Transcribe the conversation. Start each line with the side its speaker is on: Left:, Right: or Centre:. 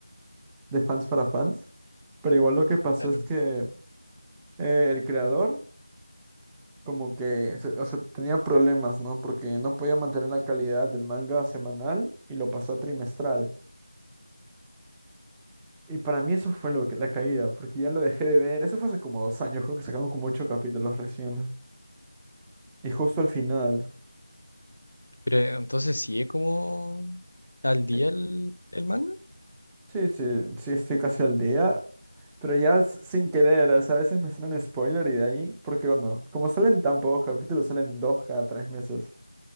Centre: de fans para fans. Pero igual lo que pasó
Left: claro.
Centre: es que eh, el creador como que, se- o sea, tenía problemas, ¿no? Porque no podía mantener la calidad del manga semanal y lo pasó a trimestral. Y para mí eso fue lo que, la caída, porque ya lo dejé de ver. Eso fue hace como dos años, creo que sacaron como ocho capítulos recién. Y justo al final.
Left: Pero entonces sí es como al día
Centre: eh,
Left: el, el manga.
Centre: Sí, sí, sí, estoy casi al día. Pero ya s- sin querer, o sea, a veces me salen spoiler y de ahí, porque bueno, como salen tan pocos capítulos, salen dos cada tres meses.